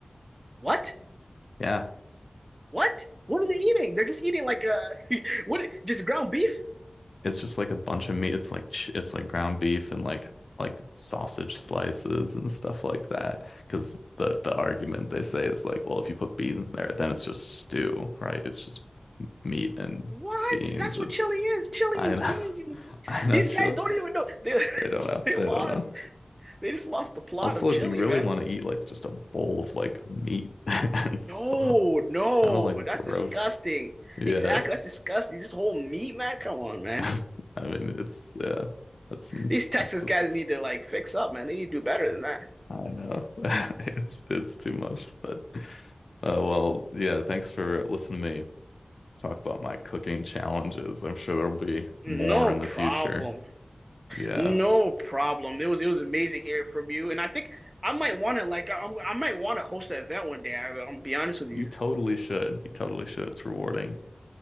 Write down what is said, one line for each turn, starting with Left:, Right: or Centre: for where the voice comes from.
Right: What?
Left: Yeah,
Right: What? What are they eating? They're just eating like uh, <laughs> what? Just ground beef?
Left: it's just like a bunch of meat. It's like ch it's like ground beef and like like sausage slices and stuff like that. Because the the argument they say is like, well, if you put beans in there, then it's just stew, right? It's just meat and
Right: What?
Left: beans
Right: That's
Left: and
Right: what chili is. Chili
Left: I
Right: is
Left: know.
Right: beans.
Left: <laughs>
Right: and-
Left: I know
Right: These
Left: chili.
Right: guys don't even know. They <laughs>
Left: They don't know.
Right: they
Left: They
Right: lost.
Left: don't know.
Right: They just lost the plot
Left: Also,
Right: of chili,
Left: do you really
Right: man.
Left: want to eat like just a bowl of like meat <laughs> and
Right: No,
Left: some?
Right: no,
Left: It's kind of like
Right: that's
Left: gross.
Right: disgusting.
Left: Yeah.
Right: Exactly, that's disgusting. This whole meat, man. Come on, man.
Left: <laughs> I mean, it's yeah, that's some
Right: These Texas
Left: Texas
Right: guys
Left: stuff.
Right: need to like fix up, man. They need to do better than that.
Left: I know. <laughs> It's it's too much, but uh, well, yeah, thanks for listening to me talk about my cooking challenges. I'm sure there'll be
Right: No
Left: more in
Right: problem.
Left: the future. Yeah.
Right: No problem. It was it was amazing hearing from you, and I think I might want to like I, I might want to host an event one day. I, I'll be honest with you.
Left: You totally should. You totally should. It's rewarding.